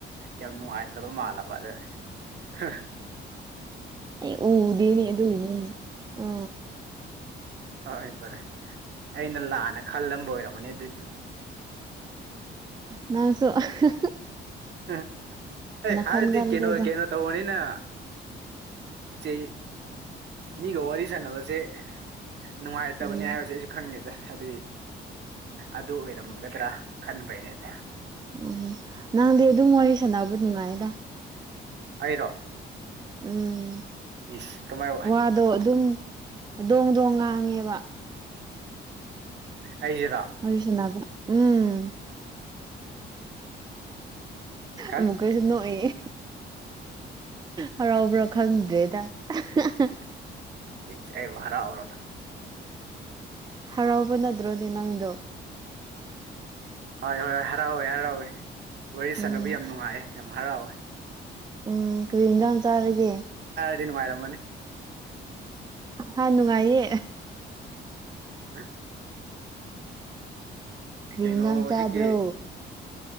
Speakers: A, on the right; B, on the right.
A: ꯌꯥꯝ ꯅꯨꯡꯉꯥꯏꯇ꯭ꯔꯕ ꯃꯥꯜꯂꯕ ꯑꯗ ꯍ
B: ꯑꯩ ꯎꯗꯤꯅꯦ ꯑꯗꯨꯏꯅꯤꯅꯦ ꯑ
A: ꯍꯣꯏ ꯍꯣꯏ ꯐꯔꯦ ꯑꯩꯅ ꯂꯥꯟꯅ ꯈꯜꯂꯝꯕ ꯑꯣꯏꯔꯝꯃꯅꯦ ꯑꯗꯨꯗꯤ
B: ꯅꯪꯁꯨ ꯍꯥ ꯍꯥ
A: ꯑꯪ ꯑꯦ ꯍꯥꯏꯔꯗꯤ
B: ꯈꯟꯒꯜꯂꯦꯗ
A: ꯀꯩꯅꯣ ꯀꯩꯅꯣ ꯇꯧꯕꯅꯤꯅ ꯆꯦ ꯃꯤꯒ ꯋꯥꯔꯤ ꯁꯥꯟꯅꯕꯁꯦ ꯅꯨꯡꯉꯥꯏꯇꯕꯅꯦ
B: ꯎꯝ
A: ꯍꯥꯏꯕꯁꯦ ꯑꯩꯁꯨ ꯈꯪꯉꯤꯗ ꯑꯗꯨꯏ ꯑꯗꯨ ꯑꯣꯏꯔꯝꯒꯗ꯭ꯔꯥ ꯈꯟꯕꯩꯅꯦꯗ
B: ꯎꯝ ꯅꯪꯗꯤ ꯑꯗꯨꯝ ꯋꯥꯔꯤ ꯁꯥꯟꯅꯕ ꯅꯨꯡꯉꯥꯏꯗ
A: ꯑꯩꯔꯣ
B: ꯎꯝ
A: ꯏꯁ ꯀꯃꯥꯏ
B: ꯋꯥꯗꯣ ꯑꯗꯨꯝ ꯗꯣꯡ ꯗꯣꯡ ꯉꯥꯡꯉꯦꯕ
A: ꯑꯩꯖꯤꯔꯣ
B: ꯋꯥꯔꯤ ꯁꯥꯟꯅꯕ ꯎꯝ
A: <inaudible>
B: ꯑꯃꯨꯛꯀꯁꯨ ꯅꯣꯛꯏꯌꯦ ꯍꯔꯥꯎꯕ꯭ꯔꯥ ꯈꯪꯗ꯭ꯔꯦꯗ ꯑꯍ ꯍ
A: ꯏꯆꯦ ꯃ ꯌꯥꯝ ꯍꯔꯥꯎꯔꯗꯅ
B: ꯍꯔꯥꯎꯕ ꯅꯠꯇ꯭ꯔꯣꯅꯦ ꯅꯪꯗꯣ
A: ꯍꯣꯏ ꯍꯣꯏ ꯍꯣꯏ ꯍꯔꯥꯎꯋꯦ ꯍꯔꯥꯎꯋꯦ ꯋꯥꯔꯤ
B: ꯎꯝ
A: ꯁꯥꯅꯕ ꯌꯥꯝ ꯅꯨꯡꯉꯥꯏꯌꯦ ꯌꯥꯝ ꯍꯔꯥꯎꯋꯦ
B: ꯎꯝ ꯀꯔꯤ ꯍꯤꯟꯖꯥꯡ ꯆꯥꯔꯒꯦ
A: ꯊꯤ ꯅꯨꯡꯉꯥꯏꯔꯃꯅꯤ
B: ꯍꯣꯏ ꯅꯨꯡꯉꯥꯏꯌꯦ
A: ꯍꯥ
B: ꯀꯔꯤ
A: ꯀꯩꯅꯣ
B: ꯍꯤꯟꯖꯥꯡ
A: ꯍꯧꯖꯤꯛꯀꯤ
B: ꯆꯥꯕ꯭ꯔꯣ